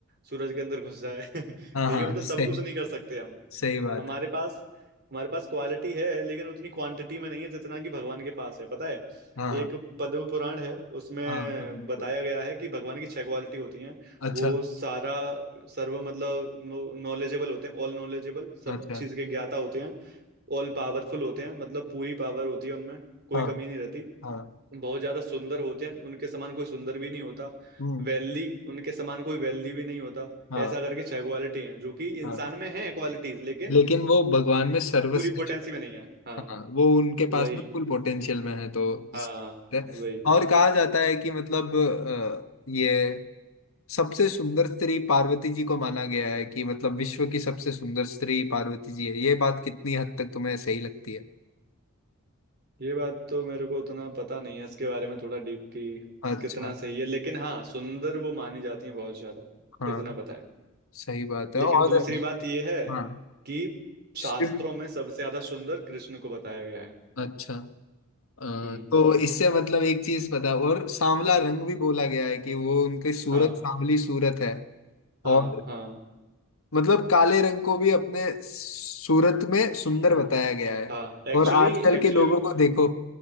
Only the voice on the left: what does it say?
हाँ हाँ
सही
सही बात
है
हाँ हाँ
हाँ बिल्कुल।
अच्छा
अच्छा
हाँ
हाँ
हम्म
हाँ
हाँ
लेकिन वो भगवान में सर्वश्रेष्ठ
हाँ वो उनके पास
में फुल पोटेंशियल में है तो
सही है।
और कहा जाता है कि मतलब अ, ये सबसे सुंदर स्त्री पार्वती जी को माना गया है कि मतलब विश्व की सबसे सुंदर स्त्री पार्वती जी है ये बात कितनी हद तक तुम्हें सही लगती है
अच्छा
हाँ
सही बात है
और
हाँ
शिव
अच्छा अ,
तो इससे मतलब एक चीज पता और सांवला रंग भी बोला गया है कि वो उनके सूरत
सांवली सूरत है
और
मतलब काले रंग को भी अपने सूरत में सुंदर
बताया गया है
और आजकल
के लोगों
को देखो